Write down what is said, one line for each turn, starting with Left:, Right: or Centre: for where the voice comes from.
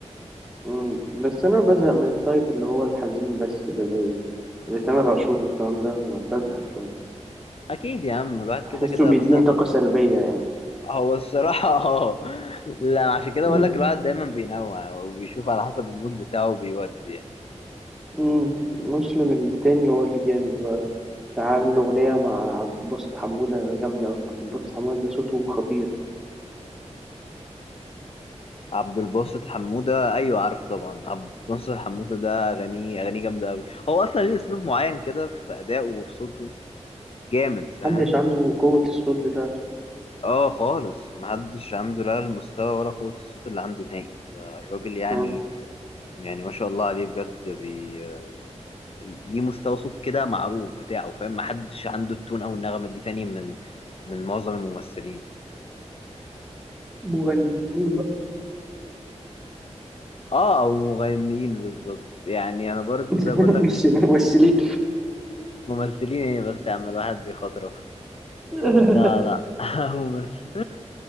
Centre: مم. بس انا بزهق من التايب اللي هو الحزين بس ده زي زي تامر عاشور والكلام ده بزهق شويه
Left: اكيد يا عم الواحد
Centre: بحسه
Left: كده كده
Centre: بيديني
Left: مثلا
Centre: طاقه سلبيه يعني
Left: هو الصراحة <laughs> اه لا عشان كده
Centre: <laughs>
Left: بقول
Centre: مم.
Left: لك الواحد دايما بينوع وبيشوف على حسب المود بتاعه وبيودي يعني
Centre: مم. مسلم التاني هو اللي جامد بقى كان عامل أغنية مع عبد الباسط حمودة جامدة أوي عبد الباسط حمودة ده صوته خطير
Left: عبد الباسط حمودة أيوة عارفه طبعا عبد الباسط حمودة ده أغانيه أغانيه جامدة أوي هو أصلا ليه أسلوب معين كده في أدائه وفي صوته جامد
Centre: محدش
Left: فاهم
Centre: عنده
Left: يعني
Centre: قوة الصوت بتاعته
Left: اه خالص محدش عنده لا المستوى ولا قوة الصوت اللي عنده نهائي ده الراجل يعني
Centre: مم.
Left: يعني ما شاء الله عليه بجد بي ليه مستوى صوت كده معروف بتاعه فاهم محدش عنده التون او النغمه دي تاني من من معظم الممثلين
Centre: مغنيين بقى
Left: اه او المغنيين بالظبط يعني انا برضو
Centre: <laughs>
Left: زي بقول لك
Centre: مش
Left: من
Centre: الممثلين
Left: الممثلين ايه بس يا عم الواحد بيخاطرف
Centre: <laughs>
Left: لا لا <laughs> ممثل